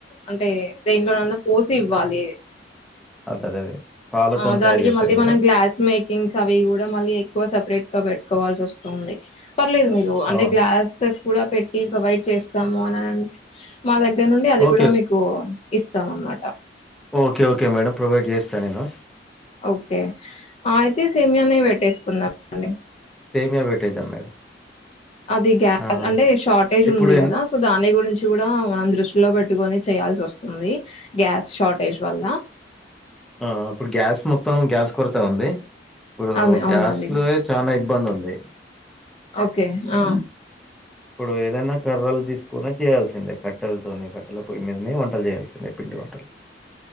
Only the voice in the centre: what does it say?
అదేదే అదే పాలతోని
తయారు చేస్తారు
కదా
అవును
ఓకే
ఓకే ఓకే మేడం ప్రొవైడ్ చేస్తా నేను
సేమయా బేటద్దా మేడం
ఆ
ఇప్పుడు
ఇప్పుడు
ఎన్ని
ఆ ఇప్పుడు గ్యాస్ మొత్తం గ్యాస్ కొరత ఉంది ఇప్పుడు
గ్యాస్ లో చనా ఇబ్బంది ఉంది
ఇప్పుడు ఏదైనా కర్రలు తీసుకుని చేయాల్సిందే కట్టెలతోని కట్టెల పొయ్యి మీదని వంటలు చేయాల్సిందే పిండి వంటలు